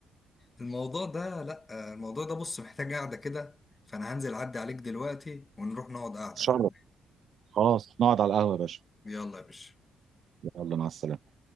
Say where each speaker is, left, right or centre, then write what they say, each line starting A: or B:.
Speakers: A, on the left (about 25°); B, on the right (about 60°).
A: الموضوع ده لا الموضوع ده بص محتاج قعدة كده فانا هنزل اعدي عليك دلوقتي ونروح نقعد قعدة
B: اتشرف خلاص نقعد على القهوه يا باشا
A: يلا يا باشا
B: يلا مع السلامه